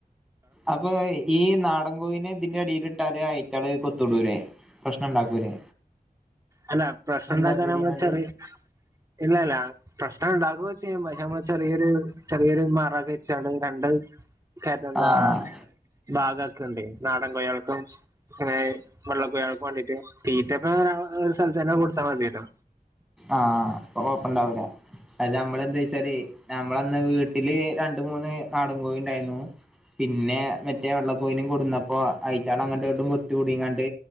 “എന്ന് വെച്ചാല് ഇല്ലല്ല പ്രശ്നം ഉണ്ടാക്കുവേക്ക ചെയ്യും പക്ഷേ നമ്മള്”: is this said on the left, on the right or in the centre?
Right